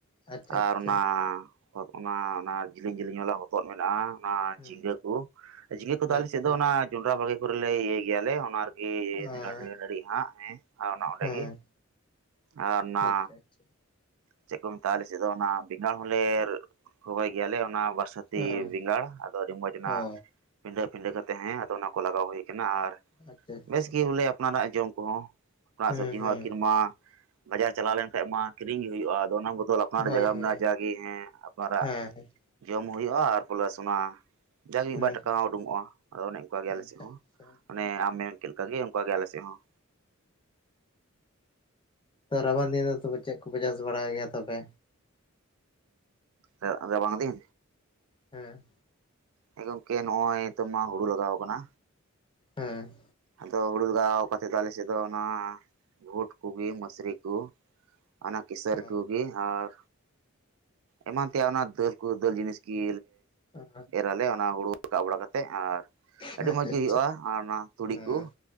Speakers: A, on the left (about 25°); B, on the right (about 75°).
A: ᱟᱪᱪᱷᱟ
B: ᱟᱨ
A: ᱟᱪᱪᱷᱟ
B: ᱚᱱᱟ ᱚᱱᱟ ᱚᱱᱟ ᱡᱮᱞᱮᱧ ᱡᱮᱞᱤᱧ ᱣᱟᱞᱟ ᱦᱚᱛᱚᱫ ᱢᱮᱱᱟᱜᱼᱟ ᱚᱱᱟ
A: ᱦᱩᱸ
B: ᱡᱷᱤᱸᱜᱟᱹ ᱡᱷᱤᱸᱜᱟᱹ ᱠᱚᱫᱚ ᱟᱞᱮ
A: ᱟᱪᱪᱷᱟ
B: ᱥᱮᱫ ᱫᱚ ᱚᱱᱟ ᱡᱚᱱᱰᱽᱨᱟ ᱵᱟᱲᱜᱮ ᱠᱚᱨᱮ ᱞᱮ ᱤᱭᱟᱹ ᱜᱮᱭᱟᱞᱮ ᱚᱱᱟ <unintelligible>
A: ᱚᱸ
B: ᱦᱟᱸᱜ ᱦᱮᱸ ᱟᱨ ᱚᱱᱮ ᱚᱸᱰᱮ
A: ᱦᱮᱸ
B: ᱜᱮ ᱟᱨ ᱚᱱᱟ
A: ᱟᱪᱪᱷᱟ ᱟᱪᱪᱷᱟ
B: ᱪᱮᱫ ᱠᱚ ᱢᱮᱛᱟᱜᱼᱟ ᱟᱞᱮ ᱥᱮᱫ ᱫᱚ ᱚᱱᱟ ᱵᱮᱝᱜᱟᱲ ᱦᱚᱞᱮ ᱨᱚᱦᱚᱭ ᱜᱮᱭᱟ ᱞᱮ ᱚᱱᱟ ᱵᱟ. ᱨᱥᱟ. ᱛ
A: ᱦᱮᱸ
B: ᱵᱮᱝᱜᱟᱲ ᱟᱹᱰᱤ ᱢᱚᱸᱡᱽ ᱮᱱᱟ
A: ᱚ
B: ᱯᱤᱸᱰᱟᱹ ᱯᱤᱸᱰᱟᱹ ᱠᱚᱛᱮ ᱦᱮᱸ ᱟᱫᱚ ᱚᱱᱟ ᱠᱚ ᱞᱟᱜᱟᱣ ᱦᱩᱭᱩᱜ ᱟᱨ
A: ᱟᱪᱪᱷᱟ ᱟᱪᱪᱷᱟ
B: ᱵᱮᱥ ᱜᱮ ᱵᱚᱞᱮ ᱟᱯᱱᱟᱨᱟᱜ ᱡᱚᱢ ᱠᱚᱦᱚᱸ ᱚᱲᱟᱜ
A: ᱦᱩᱸ
B: ᱥᱚᱵᱽᱡᱤ ᱦᱚᱸ
A: ᱦᱩᱸ
B: ᱟᱠᱷᱤᱨ ᱢᱟ ᱵᱟᱡᱟᱨ ᱪᱟᱞᱟᱣ ᱞᱮᱱᱠᱟᱱ ᱢᱟ ᱠᱤᱨᱤᱧ ᱜᱤ ᱦᱩᱭᱩᱜᱼᱟᱫᱚ ᱚᱱᱟ ᱵᱚᱫᱚᱞ ᱟᱯ ᱟᱯᱱᱟᱨ
A: ᱦᱳᱭ
B: ᱡᱟᱭᱜᱟ ᱢᱮᱱᱟᱜᱼᱟ
A: ᱦᱳᱭ
B: ᱡᱟᱜᱮ ᱦᱮᱸ ᱟᱯᱱᱟᱨᱟᱜ
A: ᱦᱮᱸ
B: ᱡᱚᱢ ᱦᱩᱭᱩᱜᱼᱟ ᱟᱨ ᱯᱮᱞᱟᱥ ᱚᱱᱟ ᱡᱟᱜᱮ ᱢᱤᱫ
A: ᱦᱩᱸ
B: ᱵᱟᱨ ᱴᱟᱠᱟ
A: ᱦᱩᱸ
B: ᱦᱚᱸ ᱩᱰᱩᱝᱚᱜᱼᱟ ᱟᱫᱚ ᱚᱱᱮ ᱚᱱᱠᱟ ᱜᱮ ᱟᱞᱮ
A: ᱟᱪᱪᱷᱟ
B: ᱥᱮᱫ ᱦᱚᱸ
A: ᱟᱪᱪᱷᱟ
B: ᱚᱱᱮ ᱟᱢ ᱢᱮᱢ ᱪᱮᱫ ᱞᱮᱠᱟ ᱜᱮ ᱚᱱᱠᱟ ᱜᱮ ᱟᱞᱮ ᱥᱮᱫ ᱦᱚᱸ
A: ᱛᱚ ᱨᱟᱵᱟᱝ ᱫᱤᱱ ᱫᱚ ᱛᱚ ᱵᱮ ᱪᱮᱫ ᱠᱚᱯᱮ ᱪᱟᱥ ᱵᱟᱲᱟᱭ ᱜᱮᱭᱟ ᱛᱚᱵᱮ?
B: ᱦᱟᱺ ᱨᱟᱵᱟᱝ ᱫᱤᱱ
A: ᱦᱮᱸ
B: ᱦᱮᱸ ᱜᱚᱝᱠᱮ ᱱᱚᱜ ᱚᱭ ᱛᱚ ᱦᱩᱲᱩ ᱞᱟᱜᱟᱣ ᱟᱠᱟᱱᱟ᱾
A: ᱦᱮᱸ
B: ᱟᱫᱚ ᱦᱩᱲᱩ ᱞᱟᱜᱟᱣ ᱠᱟᱛᱮ ᱫᱚ ᱟᱞᱮ ᱥᱮᱫ ᱫᱚ ᱚᱱᱟ ᱵᱷᱩᱴ ᱠᱚᱜᱮ ᱢᱟᱥᱨᱤ ᱠᱚ ᱚᱱᱟ ᱠᱤᱥᱟᱹᱨ
A: ᱦᱮᱸ
B: ᱠᱚᱜᱮ ᱟᱨ ᱮᱢᱟᱱ ᱛᱮᱭᱟᱜ ᱚᱱᱟ ᱫᱟᱹᱞ ᱠᱩ ᱫᱟᱹᱞ ᱡᱤᱱᱤᱥ ᱜᱮ
A: ᱦᱮᱸ
B: ᱮᱨ ᱞᱮ ᱚᱱᱟ ᱦᱩᱲᱩ ᱨᱟᱠᱟᱵ ᱵᱟᱲᱟ ᱠᱟᱛᱮᱫ ᱟᱨ
A: ᱟᱪᱪᱷᱟ
B: ᱟᱹᱰᱤ
A: ᱟᱪᱪᱷᱟ
B: ᱢᱚᱡᱽ ᱜᱮ ᱦᱩᱭᱩᱜᱼᱟ ᱟᱨ ᱚᱱᱟ ᱛᱩᱲᱤ
A: ᱦᱮᱸ
B: ᱠᱚ